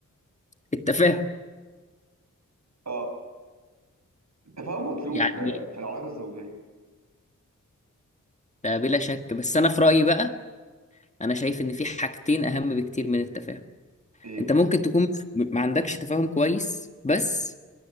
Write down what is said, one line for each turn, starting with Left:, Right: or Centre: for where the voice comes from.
Left: التفاهم
Right: اه التفاهم مطلوب
Left: يعني
Right: في في العلاقة الزوجية
Left: ده بلا شك بس أنا في رأيي بقى أنا شايف إن في حاجتين أهم بكتير من التفاهم
Right: ايه
Left: أنت ممكن تكون م- ما عندكش تفاهم كويس بس